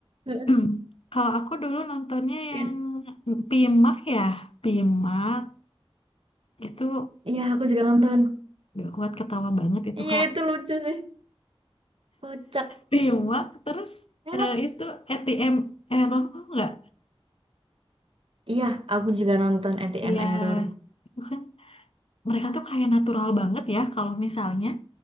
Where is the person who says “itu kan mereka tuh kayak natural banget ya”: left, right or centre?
Left